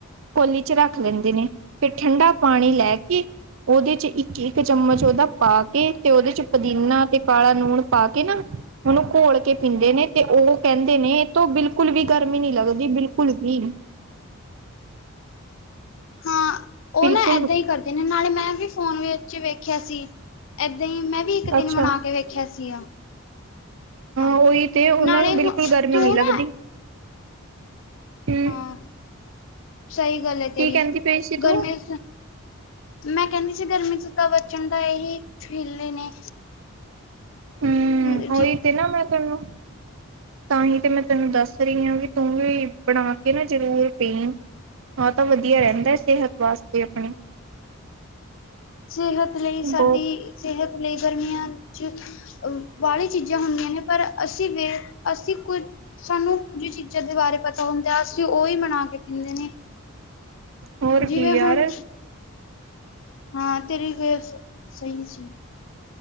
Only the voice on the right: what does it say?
ਕੋਲੀ ਚ ਰੱਖ ਲੈਂਦੇ ਨੇ ਫਿਰ ਠੰਡਾ ਪਾਣੀ ਲੈ ਕੇ ਉਹਦੇ ਚ ਇੱਕ ਇੱਕ ਚਮਚ ਉਹਦਾ ਪਾ ਕੇ ਤੇ ਉਹਦੇ ਚ ਪੁਦੀਨਾ ਤੇ ਕਾਲਾ ਲੂਣ ਪਾ ਕੇ ਨਾ ਉਹਨੂੰ ਘੋਲ ਕੇ ਪੀਂਦੇ ਨੇ ਤੇ ਉਹ ਕਹਿੰਦੇ ਨੇ ਇਹ ਤ ਬਿਲਕੁਲ ਵੀ ਗਰਮੀ ਨਹੀਂ ਲੱਗਦੀ ਬਿਲਕੁਲ ਵੀ
ਬਿਲਕੁਲ
ਅੱਛਾ
ਉਹੀ ਤੇ ਉਹਨਾਂ
ਨੂੰ ਬਿਲਕੁਲ ਗਰਮੀ
ਨਹੀਂ ਲੱਗਦੀ
ਹੂੰ
ਕੀ ਕਹਿੰਦੀ ਪਈ ਸੀ
ਤੂੰ
ਹੂੰ
ਉਹੀ ਤੇ ਨਾ ਮੈਂ ਤਿੰਨੋ ਤਾਂ ਹੀ ਤੇ ਮੈਂ ਤੈਨੂੰ ਦੱਸ ਰਹੀ ਹਾਂ ਵੀ ਤੂੰ ਵੀ ਬਣਾ ਕੇ ਨਾ ਜ਼ਰੂਰ ਪੀਣ ਹਾਂ ਤਾਂ ਵਧੀਆ ਰਹਿੰਦਾ ਸਿਹਤ ਵਾਸਤੇ ਆਪਣੇ
ਬਹੁਤ
ਹੋਰ
ਕੀ ਯਾਰ